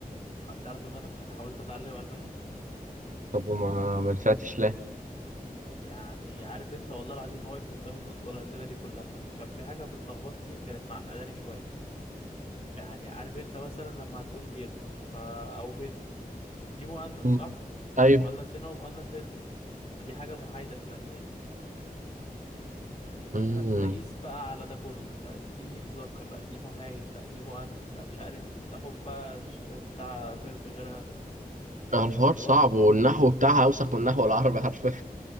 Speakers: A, on the left (about 45°); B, on the right (about 55°).
A: هتعرف ان انا ت- حاولت اتعلم الماني
B: طب وما ما نفعتش ليه
A: يعني عارف انت والله العظيم ما واقف قدام النطق ولا الليله دي كلها كان في حاجه بتلخبطني كانت معقداني شويه يعني عارف انت مثلا لما هتقول جيرل ف... او بنت دي مؤنث
B: مم.
A: صح
B: ايوه
A: مؤنث هنا ومؤنث هنا دي حاجه محايده في الالماني
B: امم
A: فانت قيس بقى على ده كله لا دي مذكر لا دي محايد لا دي مؤنث لا مش عارف تاخد بقى تش- بتاع فيرب غيرها
B: الحوار
A: اللي
B: صعب
A: هو انا
B: والنحو بتاعها اوسخ من النحو العربي حرفيا